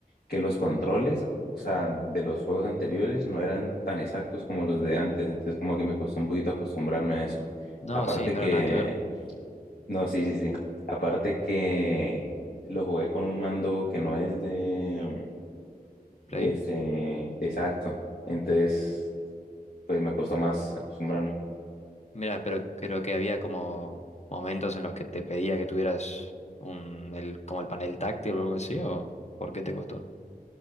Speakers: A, on the left; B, on the left.
A: que los controles, o sea, de los juegos anteriores no eran tan exactos como los de antes, entonces como que me costó un poquito acostumbrarme a eso.
B: No,
A: Aparte
B: sí, no
A: que,
B: era nada que ver.
A: no, sí, sí, sí, aparte que lo jugué con un mando que no es de,
B: Play.
A: este, exacto, entonces pues me costó más acostumbrarme.
B: Mira, pero creo que había como momentos en los que te pedía que tuvieras un, el, como el panel táctil o algo así, ¿o por qué te costó?